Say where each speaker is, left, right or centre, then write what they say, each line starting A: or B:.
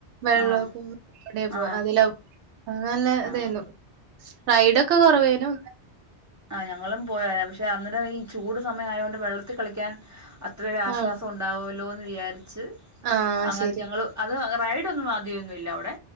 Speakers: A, on the right (about 80°); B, on the right (about 20°).
A: വെള്ളക്കും
B: ആഹ്
A: അവിടേയാ പോ
B: ആഹ്
A: അതിലാ ഇന്നല്ലേ ഇതായിനു
B: ആഹ്
A: റൈഡ് ഒക്കെ കുറവേനും
B: ആ ഞങ്ങളും പോയ പക്ഷെ അന്നേരം ഈ ചൂട് സമയം ആയൊണ്ട് വെള്ളത്തി കളിക്കാൻ അ ഇത്രരാശ്വാസം
A: ആഹ്
B: ഉണ്ടാവുല്ലോന്ന് വിചാ ച്ച്
A: ആഹ്
B: അങ്ങനെ
A: ശരി
B: ഞങ്ങള് അത് അ ബൈഡ് ഒന്നും വാ ന്നുല്ല അവിടെ